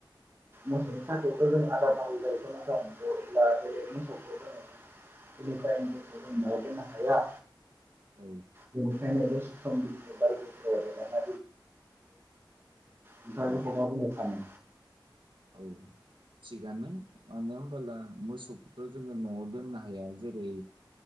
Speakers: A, on the right; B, on the right.
A: मोसौनि थाखाययावथ जों आदार नांगौ जायो नाथाय अब्ला बे मोसौखौ जोंङो एनि टाइम मोसौ जों न'आव दोननो हाया।
B: औ
A: बेनिखायनो <unintelligible> जायो थ नोंथां नोंथाङा
B: औ
A: बेखौ मा बुंनो सानो?
B: औ थिगानो मानो होनबोला मोसौखौथ जोंङो नआव दोननो हाया जेरै